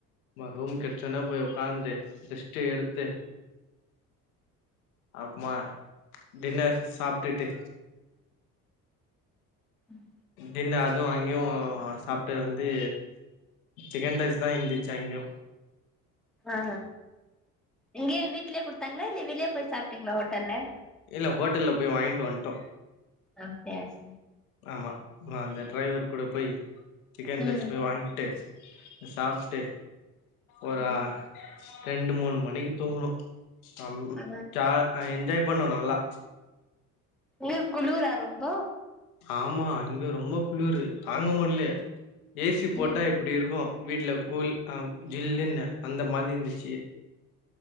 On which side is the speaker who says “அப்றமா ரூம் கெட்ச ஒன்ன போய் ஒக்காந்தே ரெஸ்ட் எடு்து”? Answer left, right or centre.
Left